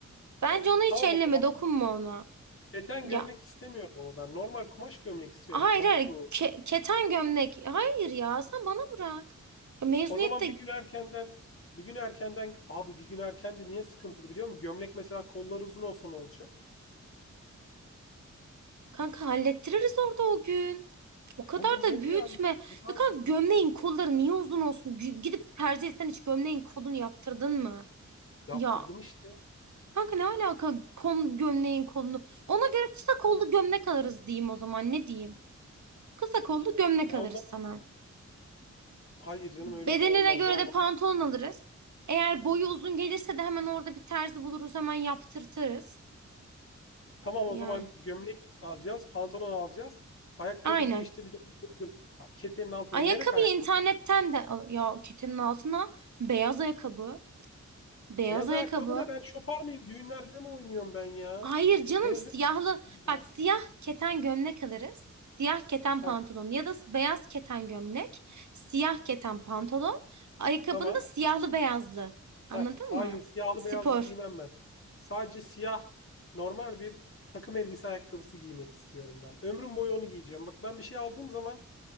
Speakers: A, on the right; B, on the left.
A: Bence
B: Of
A: onu hiç
B: tamam
A: elleme,
B: o zaman.
A: dokunma ona.
B: Keten
A: Ya
B: gömlek istemiyorum ama ben. Normal kumaş gömlek istiyorum
A: hayır
B: pamuklu.
A: hayır ke- keten gömlek. Hayır ya sen bana bırak. Ya mezuniyette
B: O zaman bir gün erkenden bir gün erkenden abi bir gün erken de niye sıkıntılı biliyor musun? Gömlek mesela kolları uzun olsa ne olacak?
A: kanka hallettiririz orada o gün. O kadar
B: O gün
A: da
B: nereye
A: büyütme.
B: halledeceğiz abi?
A: Ya kanka gömleğin kolları niye uzun olsun? G- Gidip tercih etsen hiç gömleğin kolunu yaptırdın mı?
B: Yaptırdım
A: Ya
B: işte.
A: kanka ne alaka kol, gömleğin kolunu? Ona göre kısa kollu
B: Yani,
A: gömlek alırız diyeyim o zaman ne diyeyim? Kısa kollu gömlek
B: ya
A: alırız
B: o zaman
A: sana.
B: hayır canım
A: Bedenine
B: öyle de olmaz.
A: göre
B: normal
A: de pantolon alırız. Eğer boyu uzun gelirse de hemen orada bir terzi buluruz hemen yaptırtırız.
B: Tamam
A: Yani
B: o zaman gömlek alacağız, pantolon alacağız. Ayakkabıyı
A: aynen.
B: da işte bir de Ya ketenin altında
A: Ayakkabıyı
B: nereye ayakkabı?
A: internetten de al. Ya ketenin altına beyaz ayakkabı. Beyaz
B: Beyaz
A: ayakkabı.
B: ayakkabı ne ben şopar mıyım? Düğünlerde mi oynuyorum ben ya?
A: Hayır canım
B: Mezuniyetim
A: siyahlı
B: ben.
A: bak siyah keten gömlek alırız. Siyah keten
B: Heh,
A: pantolon ya da beyaz keten gömlek, siyah keten pantolon, ayakkabında
B: tamam.
A: siyahlı beyazlı. Anladın
B: Heh, hayır
A: mı?
B: siyahlı
A: Spor.
B: beyazlı giymem ben. Sadece siyah normal bir takım elbise ayakkabısı giymek istiyorum ben. Ömrüm boyu onu giyeceğim. Bak ben bir şey aldığım zaman